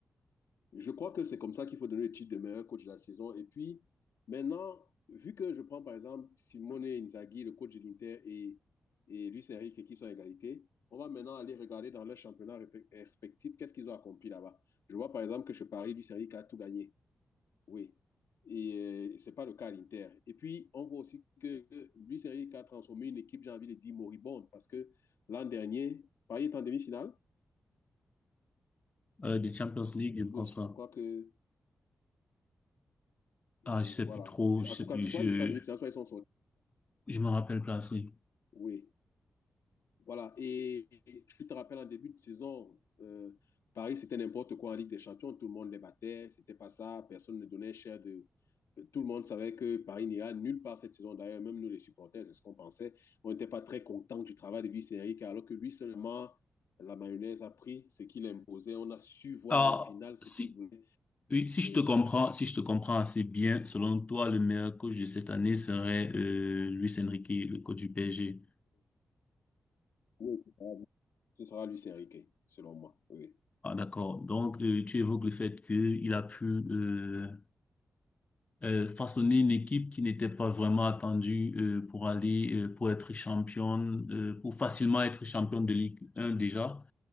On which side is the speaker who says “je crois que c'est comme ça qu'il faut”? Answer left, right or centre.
Left